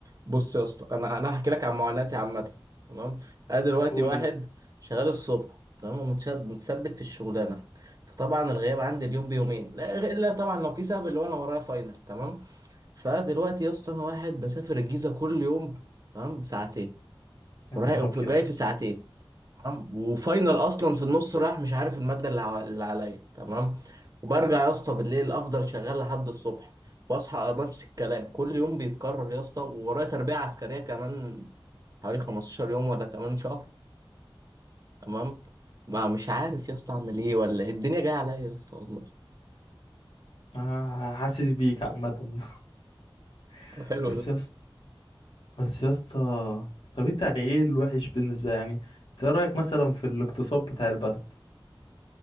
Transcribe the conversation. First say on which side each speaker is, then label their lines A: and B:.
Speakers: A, on the right; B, on the left.
A: بص يا اسطى انا انا هحكي لك عن معاناتي عامه تمام انا دلوقتي
B: قول
A: واحد
B: يا اسطى
A: شغال الصبح تمام ومتشد- متثبت في الشغلانه فطبعا الغياب عندي اليوم بيومين لا الا طبعا لو في سبب اللي هو انا ورايا فاينل تمام فدلوقتي يا اسطى انا واحد بسافر الجيزه كل يوم تمام ساعتين
B: يا
A: رايح
B: نهار
A: وفي-
B: ابيض
A: جاي في ساعتين تمام وفاينل اصلا في النص رايح مش عارف الماده اللي ع- اللي عليا تمام وبرجع يا اسطى بالليل افضل شغال لحد الصبح واصحى نفس الكلام كل يوم بيتكرر يا اسطى وورايا تربيه عسكريه كمان حوالي 15 يوم ولا كمان شهر تمام ما مش عارف يا اسطى اعمل ايه ولا إيه. الدنيا جايه عليا يا اسطى والله
B: آه حاسس بيك عامه <laughs>
A: <laughs> حلو
B: بس
A: ده
B: يا اسطى بس يا اسطى طب انت يعني ايه الوحش بالنسبه يعني انت ايه رايك مثلا في الاقتصاد بتاع البلد